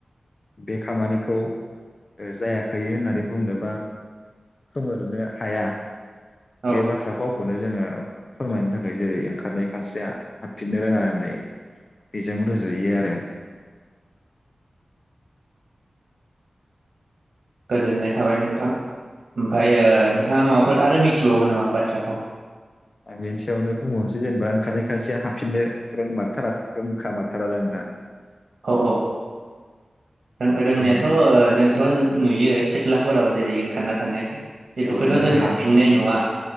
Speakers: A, on the left; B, on the right.
A: बे खामानिखौ जायाखै होननानै बुंनोबा खोमोरनो हाया।
B: औ
A: बे बाथ्रा फाव। खौनो जोङो फोरमायनो थाखाय जेरै। ओंखारनाय खानस्रिया हाबफिननो रोङा होननाय बेजों रुजुयो आरो
B: गोजोननाय थाबाय नोंथां ओमफाय
A: औ
B: ओ नोंथाङा माबा। फोर आरो मिथिबावयो नामा बाथ्रा फाव।
A: आं बेनि सायावनो बुंबावनोसै जेनेबा ओंखारनाय खानस्रिया हाबफिननो रोंमारथारा रोंखा मारथारा दा नोंथां।
B: औ औ रों रोंनायाथ'
A: आंबो नु
B: ओ जोंथ'। नुयो सिथ्लाफोराव जेरै ओंखारना थानाय। बेफोरखौथ'
A: औ नाथाय
B: जों हाबफिननाय नुवा